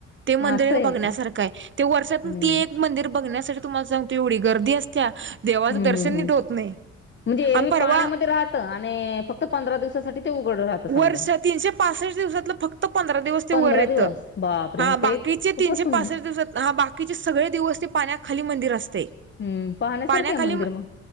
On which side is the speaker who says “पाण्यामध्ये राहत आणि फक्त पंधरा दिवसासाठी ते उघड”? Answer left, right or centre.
Left